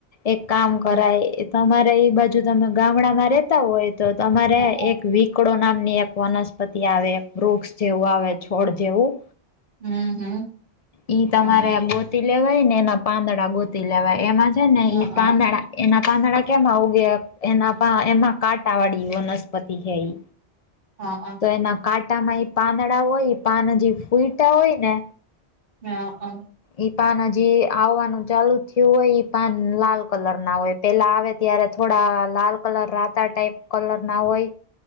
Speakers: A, on the left; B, on the right.
A: એક કામ કરાય.
B: હા
A: એ તમારે એ બાજુ તમે ગામડામાં રેતા હોય. તો તમારે
B: હા
A: એક વીક. કીકડો નામની એક વનસ્પતિ આવે. એક વૃક્ષ જેવું આવે. છોડ જેવું.
B: હમ હમ!
A: ઈ તમારે
B: હા
A: ગોતી લેવાય ને. એના પાંદડા ગોતી લેવાય. એમાં છે ને
B: હા
A: ઈ
B: હા
A: પાંદડા. એના પાંદડા કેમાં ઉગે એના એમાં કાંટા વાળી વનસ્પતિ છે એ.
B: હા
A: તો એના કાંટામાં એ પાંદડા હોય. પાનજી ફૂલટા હોય ને?
B: હા હ!
A: ઈ પાન હજી આવવાનું ચાલુ થયું હોય, પાન લાલ કલર ના હોય. પેલા આવે ત્યારે, થોડા લાલ કલર રાતા ટાઈપ કલર ના હોય.